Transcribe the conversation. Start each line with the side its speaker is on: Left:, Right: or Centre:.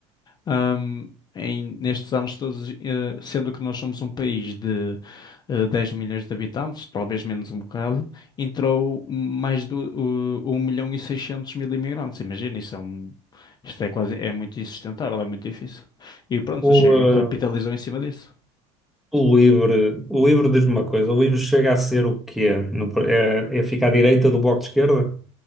Left: Ahm, em- nestes anos todos, eh, sendo que nós somos um país de eh, 10 milhões de habitantes, talvez menos um bocado, entrou mais de uh, 1 milhão e seiscentos mil imigrantes. Imagina, isso é um, isto é quase, é muito insustentável, é muito difícil. E pronto,
Centre: O,
Left: o Chega
Centre: eh,
Left: capitalizou em cima disso.
Centre: o Livre, o Livre diz-me uma coisa, o Livre chega a ser o quê? No- é, é ficar à direita do Bloco de Esquerda?